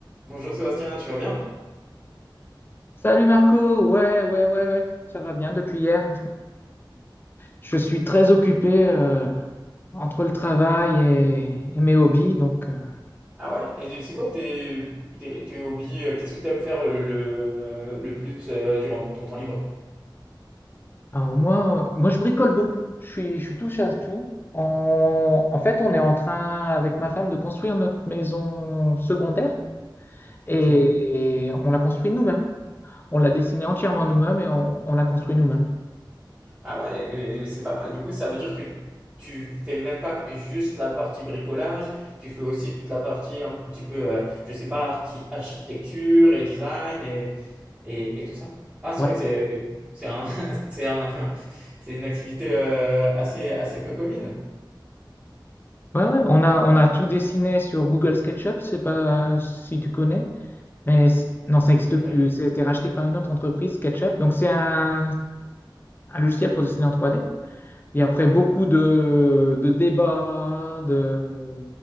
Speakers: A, on the right; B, on the left.
A: Bonjour Sébastien, tu vas bien?
B: Salut Marco, ouais, ouais, ouais, ouais, ça va bien depuis hier. Je suis très occupé euh, entre le travail et, et mes hobbies. Donc, euh,
A: Ah ouais? Et tu- c'est quoi tes, tes, tes hobbies? euh, Qu'est-ce que tu aimes faire le, le, euh, le plus euh, durant ton temps libre?
B: alors moi, moi, je bricole beaucoup. Je suis, je suis touche à tout. On- en fait, on est en train, avec ma femme, de construire notre maison secondaire et,
A: Ok.
B: et on l'a construite nous-mêmes. On l'a dessinée entièrement nous-mêmes et on, on l'a construite nous-mêmes.
A: Ah ouais, mais, mais c'est pas mal. Du coup, ça veut dire que tu fais même pas juste la partie bricolage, tu fais aussi toute la partie un petit peu, euh, je sais pas, archi- architecture et design et, et, et tout ça. Ah, c'est
B: Ouais,
A: vrai que c'est c'est un, <laughs> c'est un, c'est une activité euh, assez, assez peu commune.
B: ouais, ouais. On a, on a tout dessiné sur Google SketchUp, c'est pas si tu connais. Mais c- non, ça n'existe
A: Je connais
B: plus.
A: pas du
B: Ça été racheté par une autre entreprise, SketchUp. Donc, c'est un, un logiciel pour dessiner en 3D. Et après beaucoup de, de débats, de,